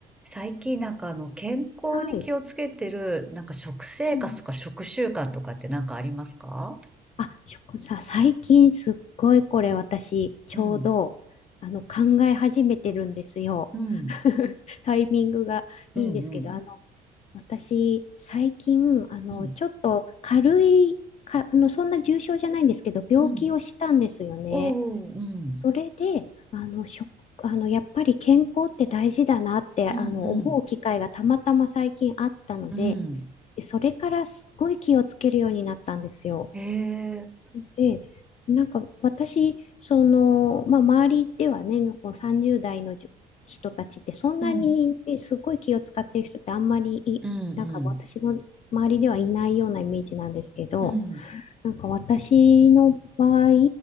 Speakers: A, in the centre; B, on the left (about 40°).
A: 最近なんかあの健康に気をつけてるなんか食生活とか食習慣とかってなんかありますか
B: はい。うん。あ、食さ、最近すっごいこれ私、ちょうど、
A: うん、
B: あの、考え始めてるんですよ。
A: うん、
B: <laughs> タイミングがいいんですけど、
A: うん、うん、
B: あの、私、最近、あの、
A: うん、
B: ちょっと軽い、か、あの、そんな重症じゃないんですけど、病気をしたんですよね。
A: うん。おー、うん、
B: それで、あの、食、あの、やっぱり健康って大事だなって、
A: うん、
B: あの、
A: うん、
B: 思う機会がたまたま最近あったので、
A: うん。
B: でそれからすっごい気をつけるようになったんですよ。
A: ええ、
B: で、なんか私、その、まあ、周りではね、こう30代のじゅ人たちってそんなにえすごい気を使ってる人ってあんまりい、
A: うん、うん、
B: なんか私の周りではいないようなイメージなんですけど、
A: うん、うん、
B: なんか私の場合、